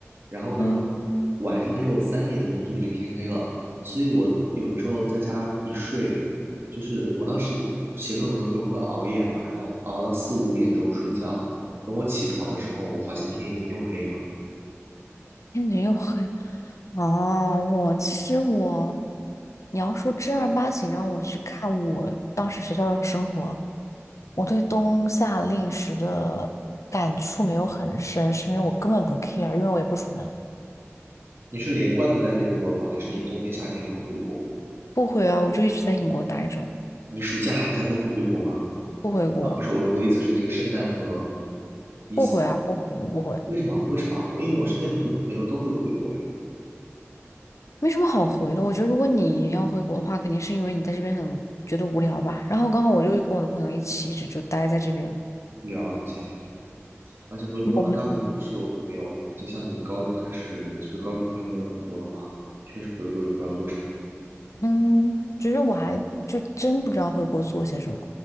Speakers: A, on the right; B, on the left.
A: 然后呢，
B: 嗯，
A: 晚上又三点钟就已经天黑了，所以我有的时候在家一睡，就是我当时写论文的时候会熬夜嘛，然后熬到四五点钟睡觉，等我起床的时候，我发现天已经又黑了。
B: 天你又黑。哦，我其实我，你要说正儿八经让我去看我当时学校的生活，我对冬夏令时的感触没有很深，是因为我根本不 care，因为我也不出门。
A: 你是连贯的待在英国了吗？还是你冬天、夏天会回国？
B: 不回啊，我就一直在英国待着，
A: 你暑假、寒假都不回国吗？
B: 不回国，
A: 啊，不是，我我的意思是那个圣诞和伊斯特
B: 不回啊，不回，我不回，
A: 为什么？为什么？我因为我身边很多朋友都会回国。
B: 没什么好回的。我觉得如果你要回国的话，肯定是因为你在这边很觉得无聊吧。然后刚好我就跟我的朋友一起，一直就待在这边。
A: 了解，而且回国的话，
B: 我们
A: 大部分是有朋友，就像你高中开始，其实高中朋友没有很多的话，确实回国也不知道做什么。
B: 嗯，其实我还就真不知道回国做些什么。